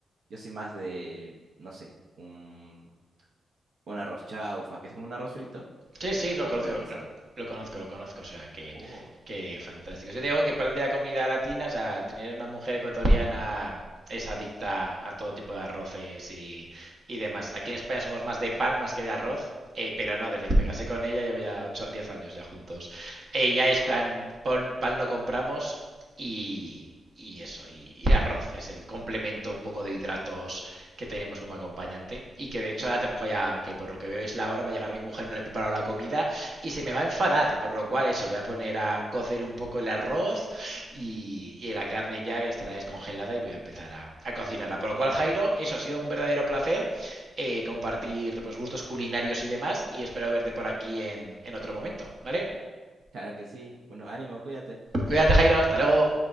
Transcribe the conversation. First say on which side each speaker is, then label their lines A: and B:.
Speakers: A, on the right (about 75°); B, on the right (about 45°).
A: Yo soy más de, no sé, un, un arroz chaufa, que es como un arroz frito,
B: Sí,
A: pero
B: sí,
A: un
B: lo
A: poco
B: conozco,
A: peronizado.
B: lo, lo conozco, lo conozco, o sea, que,
A: Oh.
B: que fantástico. Yo digo que para de la comida latina, o sea, al tener una mujer ecuatoriana es adicta a todo tipo de arroces y, y demás. Aquí en España somos más de pan más que de arroz, eh, pero no, desde que me casé con ella llevo ya 8, 10 años ya juntos. Ella es
A: Wow,
B: plan, pon- pan no compramos y, y eso, y, y arroz es el complemento un poco de hidratos que tenemos como acompañante y que de hecho ahora tengo ya que por lo que veo es la hora va a llegar mi mujer no le he preparado la comida y se me va a enfadar por lo cual eso voy a poner a cocer un poco el arroz y, y la carne ya estará descongelada y voy a empezar a, a cocinarla por lo cual Jairo eso ha sido un verdadero placer eh, compartir pues gustos culinarios y demás y espero verte por aquí en, en otro momento vale
A: claro que sí. Bueno, ánimo, cuídate.
B: cuídate Jairo hasta luego